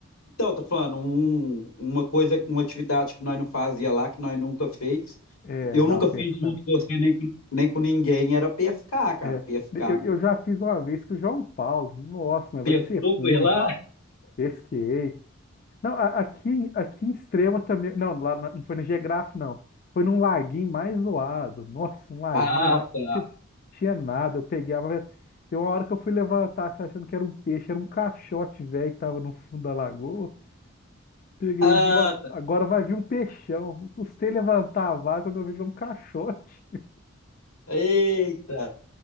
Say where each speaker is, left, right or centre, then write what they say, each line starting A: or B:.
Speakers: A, on the left; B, on the left.
A: Então, eu tô falando, um- uma coisa, uma atividade que nós não fazia lá, que nós nunca fez.
B: É,
A: Eu
B: não,
A: nunca
B: pesca.
A: fiz junto com você, nem com, nem com ninguém, era pescar, cara.
B: É,
A: Pescar.
B: eu, eu já fiz uma vez com o João Paulo. Nossa, mas
A: Pescou
B: vai ser
A: com
B: ruim.
A: ela? <laughs>
B: Pesquei. Não, a- aqui, em- aqui em Extrema também. Não, lá na- não foi no Geograf, não. Foi num laguinho mais zoado. Nossa, um laguinho
A: Ah,
B: lá que
A: tá.
B: tipo, tinha nada. Eu pegava. Tem uma hora que eu fui levantar, assim, achando que era um peixe, era um caixote velho que tava no fundo da lagoa. Peguei,
A: Ah,
B: "Nó,
A: tá.
B: agora vai vir um peixão. Eu Custei levantar a vaga quando eu vejo um caixote. <laughs>
A: Eita!